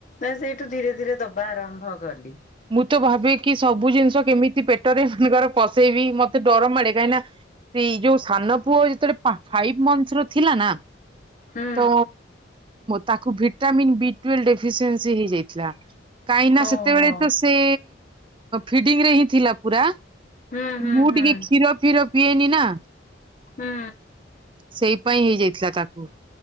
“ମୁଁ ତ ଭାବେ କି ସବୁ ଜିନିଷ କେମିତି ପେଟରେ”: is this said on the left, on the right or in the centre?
Right